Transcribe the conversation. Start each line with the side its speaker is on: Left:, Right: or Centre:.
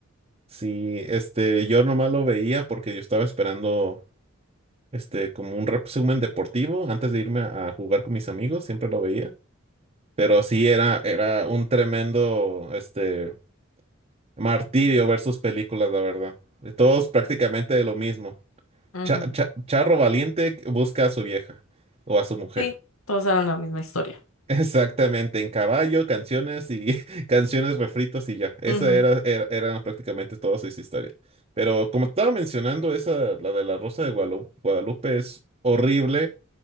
Right: Sí, este, yo nomás lo veía porque yo estaba esperando, este, como un resumen deportivo antes de irme a a jugar con mis amigos, siempre lo veía. Pero sí era, era un tremendo este martirio ver sus películas, la verdad. Todos prácticamente de lo mismo.
Left: Ujú.
Right: Cha- cha- Charro valiente busca a su vieja o a su mujer.
Left: Sí, todas eran la misma historia.
Right: <laughs> Exactamente, en caballo, canciones y <laughs> canciones refritos y ya. Esa
Left: Ujú,
Right: era, era- eran prácticamente todas sus historias. Pero como estaba mencionando, esa, la de la Rosa de Guadalu- Guadalupe es horrible.